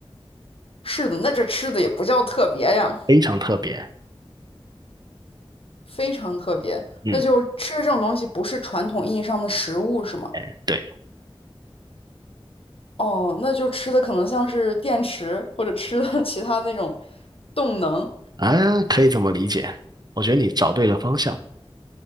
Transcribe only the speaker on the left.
是的，那这吃的也不叫特别呀，
非常特别。
那就吃这种东西不是传统意义上的食物是吗？
哦，那就吃的可能像是电池或者吃的 <laughs> 其他那种动能。